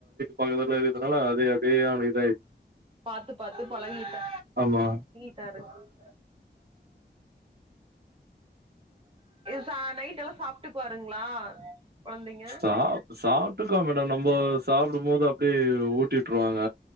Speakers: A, on the right (about 60°); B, on the right (about 30°).
A: பக்கத்தல இருக்கறதுனால அது அப்டியே அவனுகு இதாயிருச்சி
B: பாத்து பாத்து பழகிட்டா
A: ஆமா
B: <unintelligible> ச நைட் எல்லாம் சாப்ட்டுக்குவாருங்ளா கொழந்தைங்க
A: சாப் சாப்ட்டுக்குவா மேடம் நம்ப சாப்பிடும் போது அப்டியே ஊட்டியுட்ருவாங்க